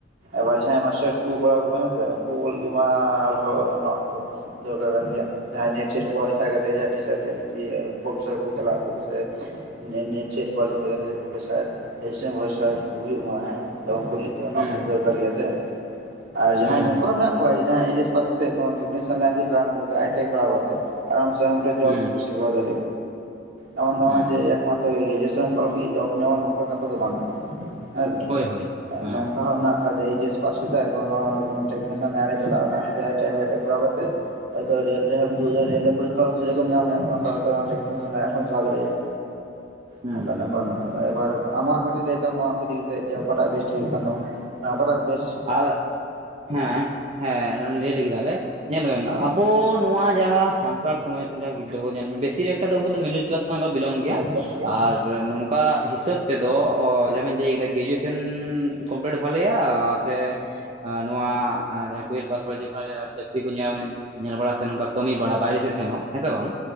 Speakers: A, on the right; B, on the right.
A: ᱟᱵᱟᱨ ᱡᱟᱦᱟᱸᱭ ᱢᱟᱥᱴᱟᱨ ᱠᱚᱠᱚ ᱯᱟᱲᱟᱣ ᱠᱚᱣᱟ ᱦᱮᱸᱥᱮᱸ ᱩᱱᱠᱩ <unintelligible> ᱠᱚᱢᱟ ᱟᱨᱦᱚᱸ ᱚᱱᱟ ᱠᱚᱫᱚ ᱫᱚᱨᱠᱟᱨ ᱠᱟᱱ ᱜᱮᱭᱟ ᱡᱟᱦᱟᱸᱟᱭ ᱱᱮᱴ ᱥᱮᱴ ᱠᱚᱣᱟᱞᱤᱯᱷᱟᱭ ᱠᱟᱛᱮ ᱡᱟ ᱴᱤᱪᱟᱨ <unintelligible> ᱯᱨᱚᱯᱮᱨᱥᱟᱨ ᱠᱚ ᱪᱟᱞᱟᱜ ᱟᱠᱚ ᱥᱮᱸ ᱱᱮᱴ ᱱᱮᱴ ᱥᱮᱴ ᱠᱳᱣᱟᱞᱤᱯᱷᱟᱭ ᱠᱟᱛᱮ ᱯᱨᱚᱯᱷᱮᱥᱟᱨ ᱮᱭᱥᱮᱝ ᱯᱨᱚᱯᱷᱮᱥᱟᱨ ᱦᱩᱭᱩᱜ ᱢᱟ ᱦᱮᱸ ᱛᱚ ᱩᱱᱠᱩ ᱛᱮ ᱚᱱᱟ
B: ᱦᱩᱸ
A: ᱠᱚᱫᱚ
B: ᱦᱩᱸ
A: ᱫᱚᱨᱠᱟᱨ ᱜᱮᱭᱟ ᱥᱮ ᱟᱨ ᱡᱟᱦᱟᱸᱭ
B: ᱦᱩᱸ
A: ᱱᱚᱝᱠᱟ
B: ᱦᱩᱸ
A: ᱢᱮᱱᱟᱜ ᱮᱭᱪᱮᱥ ᱯᱟᱥ ᱟᱛᱮᱫ ᱠᱚᱱᱚ ᱴᱮᱠᱱᱤᱥᱤᱟᱭ ᱞᱟᱭᱤᱱ ᱛᱮ ᱪᱟᱞᱟᱣ ᱱᱟ ᱠᱚᱥᱮ ᱟᱭᱴᱤ ᱠᱚᱨᱟᱣ ᱠᱟᱛᱮ ᱟᱨᱟᱢ ᱥᱮ ᱚᱱᱟ ᱢᱤᱫ ᱴᱤᱡ
B: ᱦᱩᱸ ᱦᱩᱸ
A: ᱡᱚᱵ ᱠᱩᱥᱤ ᱠᱚ ᱫᱟᱲ ᱮᱢᱚᱱ ᱫᱷᱟᱨᱚᱱᱟ
B: ᱦᱩᱸ
A: ᱡᱮ ᱮᱠᱢᱟᱛᱨᱚ ᱜᱨᱤᱡᱮᱥᱚᱱ ᱱᱮᱢ ᱠᱚᱨᱟᱣ ᱞᱮᱠᱷᱟᱡ ᱡᱮ ᱡᱚᱵ ᱧᱟᱢᱚᱜ-ᱟ ᱱᱚᱝᱠᱟᱱ ᱠᱟᱛᱷᱟ ᱫᱚ ᱵᱟᱝ ᱠᱟᱱᱟ ᱦᱮᱸᱥᱮ
B: ᱦᱳᱭ ᱦᱳᱭ ᱦᱳᱭ ᱦᱮᱸ
A: ᱱᱚᱝᱠᱟ ᱦᱚᱸ ᱚᱱᱟ ᱮᱭᱪᱮᱥ ᱯᱟᱥ ᱠᱮᱫᱟ ᱚᱠᱚᱭ ᱱᱚᱣᱟ ᱴᱮᱠᱱᱮᱥᱤᱭᱟᱱ ᱞᱟᱭᱱ ᱨᱮ ᱪᱟᱞᱟᱜ-ᱟᱭ ᱱᱟᱜ ᱩᱱᱤᱫᱚ ᱟᱭᱴᱤ ᱟᱭ ᱠᱚᱨᱟᱣ ᱠᱟᱛᱮ ᱦᱚᱭᱛᱳ ᱞᱮᱹᱞ ᱨᱮᱚᱢ ᱫᱩ <unintelligible> ᱯᱚᱨᱤᱠᱠᱷᱟ ᱥᱩᱡᱳᱜᱮᱢ ᱧᱟᱢᱟ ᱚᱱᱟ <unintelligible> ᱴᱮᱠᱱᱤᱥᱤᱟᱭ <unintelligible> ᱪᱟᱞᱟᱣ ᱫᱟᱲᱮᱭᱟᱜ-ᱟ
B: ᱦᱩᱸ
A: ᱱᱚᱝᱠᱟᱱ
B: ᱦᱩᱸ
A: ᱵᱮᱯᱟᱨ ᱢᱮᱱᱟᱜ ᱟᱠᱟᱫᱟ ᱮᱵᱟᱨ ᱟᱢᱟᱜ ᱠᱟᱹᱴᱤᱡ ᱞᱟᱹᱭ ᱛᱟᱢ ᱱᱚᱣᱟ ᱠᱚ ᱤᱫᱤ ᱠᱮᱛᱮᱜ ᱚᱠᱟᱴᱟᱜ ᱵᱮᱥᱴ ᱦᱩᱭᱩᱜ ᱠᱟᱱ ᱛᱟᱢᱟ ᱦᱮᱸ ᱚᱠᱟᱴᱟᱜ ᱵᱮᱥ
B: ᱟᱨ ᱦᱮᱸ ᱦᱮᱸ ᱞᱟᱹᱭ ᱞᱟᱹᱜᱤᱫᱟᱞᱮ ᱧᱮᱞ ᱵᱮᱱ
A: ᱦᱮᱸ
B: ᱟᱵᱚ ᱱᱚᱣᱟ ᱡᱟᱦᱟᱸ ᱥᱟᱱᱛᱟᱲ ᱥᱚᱢᱟᱡᱽ ᱨᱮᱱ ᱡᱟᱦᱟᱸ ᱜᱤᱫᱽᱨᱟᱹ ᱠᱚ ᱧᱮᱞ ᱢᱮ ᱵᱮᱥᱤ ᱮᱠᱴᱟ ᱫᱚ ᱩᱱᱠᱩ ᱫᱚ ᱢᱮᱱᱤ ᱠᱞᱟᱥ ᱠᱷᱚᱱᱟᱜ ᱫᱚ ᱵᱤᱞᱚᱝ ᱜᱮᱭᱟ
A: ᱮᱠᱫᱚᱢ ᱜᱮ
B: ᱟᱨ ᱱᱚᱝᱠᱟ ᱦᱤᱥᱟᱹᱯ ᱛᱮᱫᱚ ᱡᱟᱦᱟᱸ ᱵᱤᱱ ᱞᱟᱹᱭ ᱠᱮᱫᱟ ᱜᱮᱡᱤᱭᱮᱥᱮᱱ ᱠᱚᱢᱯᱞᱤᱴ ᱵᱷᱟᱞᱮᱭᱟ ᱥᱮ ᱟ ᱱᱚᱣᱟ ᱡᱟᱦᱟᱸ ᱴᱩᱭᱮᱞᱵᱷ ᱯᱟᱥᱚᱜ-ᱟ ᱡᱮ ᱠᱚᱱᱚ ᱡᱟᱭᱜᱟ ᱪᱟᱠᱨᱤ ᱠᱚ ᱧᱟᱢᱟᱧ ᱧᱮᱞ ᱵᱟᱲᱟ ᱥᱮ ᱱᱚᱝᱠᱟ ᱠᱟᱹᱢᱤ ᱵᱟᱲᱟ ᱵᱟᱭᱨᱮ ᱥᱮᱜ ᱥᱮᱱᱚᱜ ᱦᱮᱸ ᱥᱮ ᱵᱟᱝ ᱵᱟᱝ